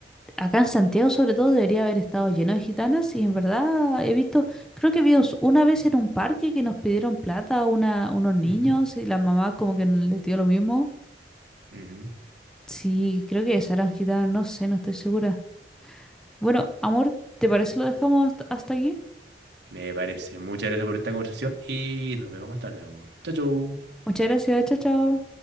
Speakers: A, in the centre; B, on the right.
A: acá en Santiago sobre todo debería haber estado lleno de gitanas y en verdad he visto, creo que vimos una vez en un parque que nos pidieron plata a una, unos niños
B: Ujú.
A: y la mamá como que le dio lo mismo.
B: Ujú.
A: Sí, creo que Sarah Gitana, no sé, no estoy segura. Bueno, amor, ¿te parece lo dejamos hasta hasta aquí?
B: Me parece. Muchas gracias por esta conversación y nos vemos más tarde, amor. Chau, chau.
A: Muchas gracias, chao, chao.